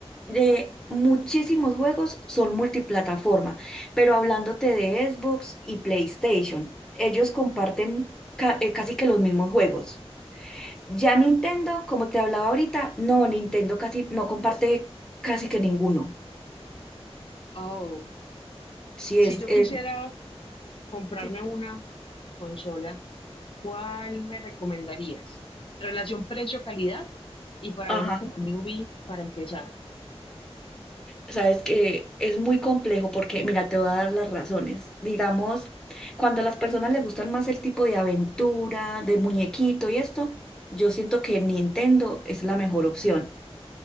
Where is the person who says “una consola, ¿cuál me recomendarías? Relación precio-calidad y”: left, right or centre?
Left